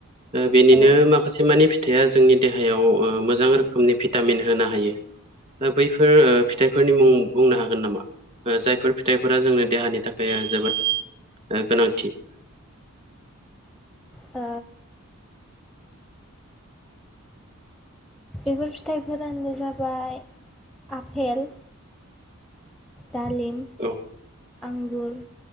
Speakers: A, on the right; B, in the centre.
A: बेनिनो
B: ओ
A: माखासे मानि फिथाइया जोंनि देहायाव मोजां रो खोमनि भिटामिन होनो हायो बैफोर फिथाइफोरनि मुं बुंनो हागोन नामा? जायफोर फिथाइफोरा जोंनो देहानि थाखाय जोबोद गोनांथि। <inaudible>
B: ओ बेफोर फिथाइफोरानो जाबाय आपेल दालिम
A: औ ओ
B: आंगुर